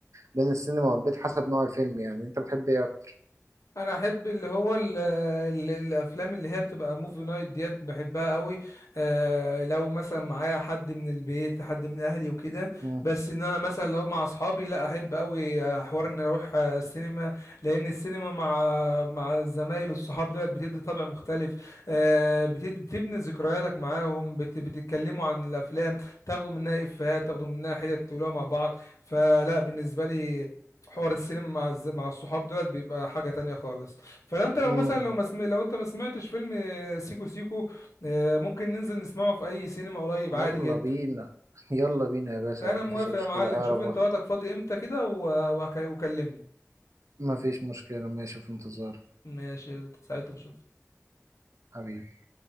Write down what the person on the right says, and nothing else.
بين السينما والبيت حسب نوع الفيلم يعني انت بتحب ايه اكتر
مم.
مم.
يلا
بينا <laughs> يلا بينا يا باشا
مفيش
أي مشكله
اقرب
وقت
مفيش مشكله ماشي في انتظار
حبيبي